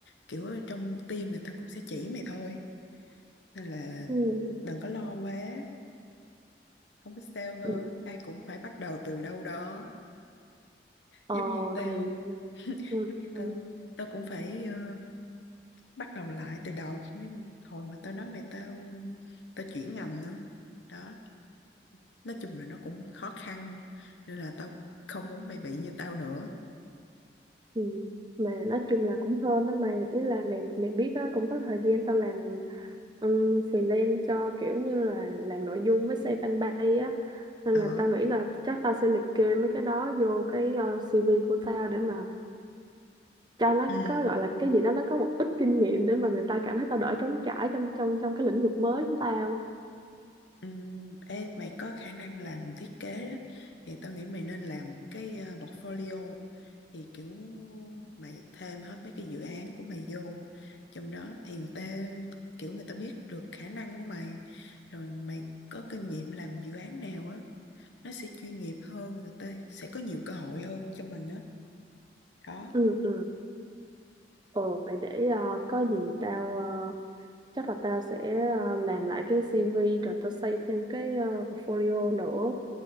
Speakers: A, on the left (about 80°); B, on the right (about 25°).
A: kiểu ở trong team người ta cũng sẽ chỉ mày thôi nên là
B: ừ,
A: đừng có lo quá không biết sao hết
B: ừ.
A: ai cũng phải bắt đầu từ đâu đó
B: ờ
A: giống như tao
B: thì
A: <laughs>
B: ừ,
A: giống như
B: ừ,
A: tao tao cũng phải ờ, bắt đầu lại từ đầu nhưng hồi mà tao nói mày tao tao chuyển ngành đó đó nói chung là nó cũng khó khăn nên là tao không muốn mày bị như tao nữa
B: ừ. mà nói chung là cũng hơn đó mày ý là mày mày biết á cũng có thời gian tao làm um, freelance cho kiểu như là làm nội dung với xây fanpage á nên
A: ờ
B: là tao nghĩ là chắc tao sẽ liệt kê mấy cái đó vô cái ờ, CV của tao để mà cho nó
A: ừ
B: có gọi là cái gì đó nó có một ít kinh nghiệm để mà người ta cảm thấy tao đỡ trống trải trong trong trong cái lĩnh vực mới của tao
A: Ừm, ê, mày có khả năng làm thiết kế đó thì tao nghĩ mày nên làm một cái ờ, portfolio thì kiểu mày thêm hết mấy cái dự án của mày vô trong đó thì người ta kiểu người ta biết được khả năng của mày rồi mày có kinh nghiệm làm dự án nào á nó sẽ chuyên nghiệp hơn người ta sẽ có nhiều cơ hội hơn cho mình đó đó
B: ừ ừ ồ vậy để ờ, có gì tao ờ, chắc là tao sẽ ờ, làm lại cái CV rồi tao xây thêm cái ờ, portfolio nữa